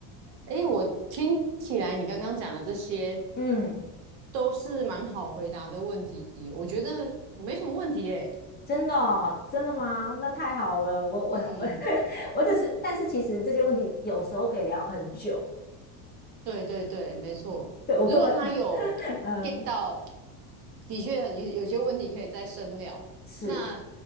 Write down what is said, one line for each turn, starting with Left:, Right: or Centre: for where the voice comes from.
Right: 诶，我听起来你刚刚讲的这些
Left: 嗯，
Right: 都是蛮好回答的问题，我觉得没什么问题诶。
Left: 真的哦，真的吗？那太好了，我我我
Right: 嗯，
Left: <laughs> 我只是，但是其实这些问题有时候可以聊很久，
Right: 对对对，没错。
Left: 对，我根本，
Right: 如果他有
Left: <laughs> 嗯，
Right: get 到，的确有有些问题可以再深聊。
Left: 是。
Right: 那